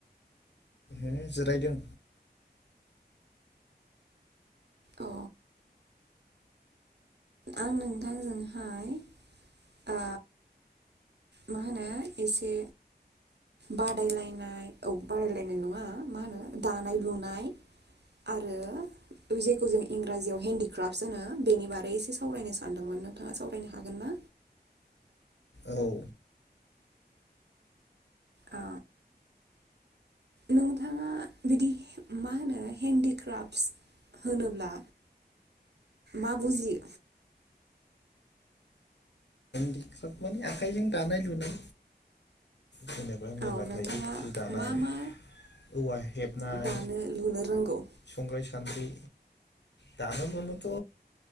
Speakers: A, on the left; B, on the right.
A: ओ जिरायदों।
B: अ आं नोंथांजोंहाय आ मा होनो इसे बादायलायनाय औ बादायलायनाय नङा मा होनो दानाय लुनाय आरो जेखौ जों इंराजियाव हेन्दिग्रापस होनो बेनि बारै सावरायनो सानदोंमोन नोंथाङा सावरायनो हागोन ना?
A: औ
B: अ नोंथाङा बिदि मा होनो हेन्दिक्राफ्स होनोब्ला मा बुजियो?
A: तारमाने आखाइजों दानाय लुनाय। जेनेबा मेला
B: औ नोंथाङा
A: थायो जि दानाय
B: मा मा
A: औवा हेबनाय
B: दानो लुनो रोंगौ
A: संग्राय सान्द्रि। दानो लुनोथ'